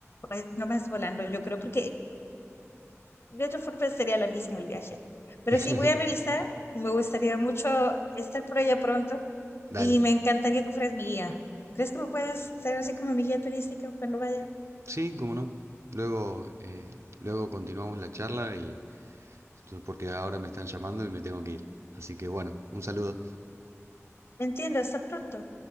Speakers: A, on the left; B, on the right.
A: pues no me es volando, yo creo, porque de otra forma sería larguísimo el viaje. Pero
B: <laughs>
A: sí, voy a revisar y me gustaría mucho estar por allá pronto
B: Dale.
A: y me encantaría que fueras mi guía. ¿Crees que me puedas ser así como mi guía turística cuando vaya?
B: Sí, cómo no. Luego, eh, luego continuamos la charla y porque ahora me están llamando y me tengo que ir. Así que bueno, un saludo.
A: Entiendo, hasta pronto.